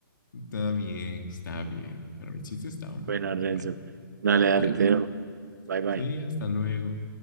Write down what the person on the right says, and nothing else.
Bueno,
Renzo,
dale, dale,
te dejo, bye, bye.